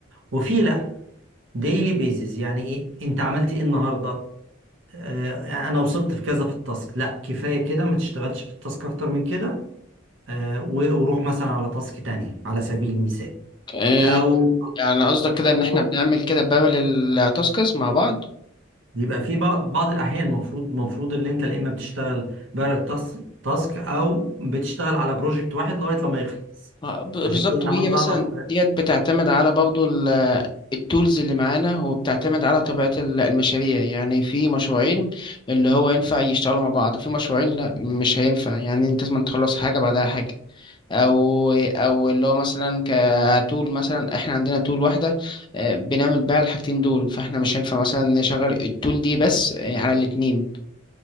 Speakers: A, on the right; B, on the left.
A: وفي لا ديلي بيزز يعني ايه انت عملت ايه النهارده آه انا وصلت في كذا في التاسك لا كفايه كده ما تشتغلش في التاسك اكتر من كده آه و- وروح مثلا على تاسك تانية على سبيل المثال
B: آه
A: او
B: يعني قصدك كده ان احنا
A: أو
B: بنعمل كده بارل تاسكس مع بعض
A: بيبقى في بعض بعض الاحيان المفروض المفروض اللي انت لا اما بتشتغل بره التاسك تاسك او بتشتغل على بروجكت واحد لغايه لما يخلص
B: آه، ب-
A: عشان
B: بالظبط
A: كده انا
B: وهي
A: عاوز
B: مثلا
A: اعرف
B: ديت بتعتمد على برضو ال- التولز اللي معانا وبتعتمد على طبيعة ال- المشاريع يعني في مشروعين اللي هو ينفع يشتغلوا مع بعض في مشروعين لا مش هينفع يعني انت لازم تخلص حاجة بعدها حاجة او او اللي هو مثلا كتول مثلا احنا عندنا تول واحده آه، بنعمل بيها الحاجتين دول فاحنا مش هينفع مثلا نشغل التول دي بس آه، على الاتنين